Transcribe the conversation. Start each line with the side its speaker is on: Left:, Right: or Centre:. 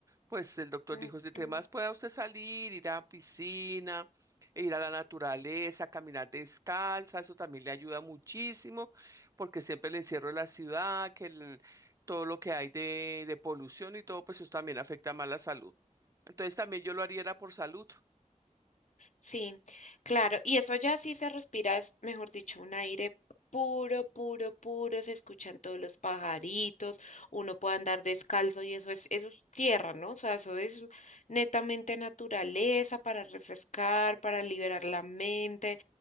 Right: pues el doctor
Left: Mm.
Right: dijo, si más pueda usted salir, ir a piscina, e ir a la naturaleza, caminar descalza, eso también le ayuda muchísimo porque siempre el encierro de la ciudad, que el- todo lo que hay de, de polución y todo, pues eso también afecta más la salud. Entonces también yo lo haría era por salud.
Left: Sí, claro. Y eso ya sí se respira, es mejor dicho, un aire puro, puro, puro. Se escuchan todos los pajaritos, uno puede andar descalzo y eso es, eso es tierra, ¿no? O sea, eso es netamente naturaleza para refrescar, para liberar la mente.